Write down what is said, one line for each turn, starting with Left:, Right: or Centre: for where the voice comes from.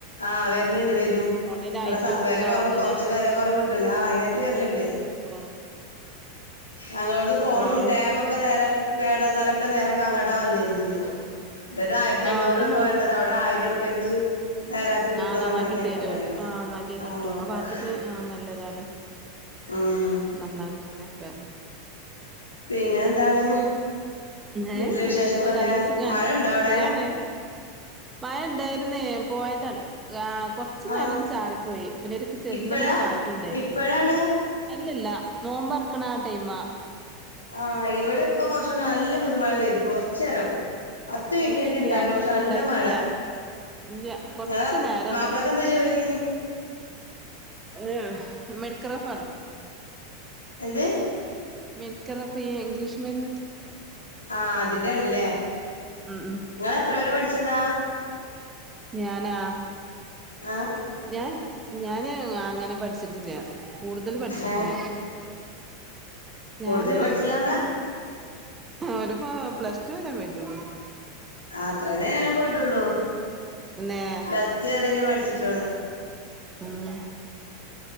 Left: ആ വരലണ്ട് വരും
Right: ഓണിനായിട്ടും
Left: അവിടെ
Right: ഒക്കെ
Left: വില സ കുറവ്
Right: അങ്ങനെ
Left: കുറച്ച് വില കുറവ് കിട്ടുവല്ല ആ അയിനായിട്ട് വരലിയാണ്
Right: ആ
Left: ഞങ്ങളോട് ഫോണും
Right: ഫോറീസ്
Left: ടാബോക്കെ നേരെ കേടന്നാലൊക്കെ നേരെ കങ്ങടാ വന്നിരുന്നത് ഇവിടെ ആയിരത്തി
Right: ആഹ്
Left: എണ്ണൂർ
Right: അവിടെ
Left: ഒക്കെ വേണ്ടത് അവിടെ ആയിര ഉറുപ്യക്ക് നേരാക്കി കിട്ടുംന്ന്
Right: ആ നന്നാക്കി
Left: അങ്ങനൊക്കെ
Right: തരൂ
Left: പറയണ
Right: ആ നന്നാക്കി
Left: അങ്ങനെ
Right: കിട്ടു ആ
Left: പറയല്
Right: ഭാത്തക്ക് ആ നല്ലതാണ്
Left: ഉം
Right: നന്നാക്കാനൊക്കെ
Left: പിന്നെ എന്താണ് വീട്ടില്
Right: ഏഹ്
Left: വിശേഷങ്ങളൊക്കെ
Right: ഇപ്പൊ നല്ല സുഖാണ്
Left: മഴ ഉണ്ടോ അവിടെ
Right: സുഖാണ് മഴ ഉണ്ടായിരുന്നേ പോയതാണ് ആ കൊറച്ചു
Left: ആഹ്
Right: നേരം ചാറിപ്പോയി പിന്നെ ചെറുങ്ങനെ
Left: ഇപ്പഴാ
Right: ഒരു കാറ്റും ഉണ്ടായിരുന്നു
Left: ഇപ്പഴാണ്
Right: ലില്ല നോമ്പറക്കണ ആ ടൈം മാ
Left: ആഹ് ഇവിടെ ഇപ്പ കൊറച്ചു നല്ല പുതുമഴ പെയ്തു കൊറച്ച് നേരം പത്ത് മിനിറ്റ്
Right: ഇല്ലില്ല
Left: അയിട്ട് ഇണ്ടായിള്ളു പക്ഷെ നല്ല
Right: ഉണ്ടായിട്ടില്ല
Left: മഴ
Right: ഇല്ല കൊറച്ചു
Left: നിങ്ങളെ
Right: നേരം
Left: മാപ്പിളക്ക എന്താ ജോലി
Right: ഏ മെഡിക്കൽ റഫ് ആണ്
Left: എന്ത്
Right: മെഡിക്കല് റബ് ഇംഗ്ലീഷ് മരുന്ന്
Left: ആ അതിന്റെ ആണല്ലേ
Right: ഉം ഉം
Left: നിങ്ങൾ എത്ര വെരെ പഠിച്ചതാ
Right: ഞാനാ
Left: ആഹ്
Right: ഞാൻ ഞാന് അങ്ങനെ പഠിച്ചിട്ടില്ല കൂടുതൽ പഠിച്ചിട്ടില്ല
Left: ഏഹ്
Right: ഞാന്
Left: കൂടുതൽ പഠിച്ചില്ല പറഞ്ഞാ
Right: ഒരുപ്പോ പ്ലസ് ടു വരെ പോയിട്ടുള്ളു
Left: അത്രേനേ ഞാനും പോയിട്ടുള്ളു
Right: പിന്നെ
Left: പ്ലസ് ടു വരെനെ പഠിച്ചി റ്റുള്ളൂ
Right: അഹ്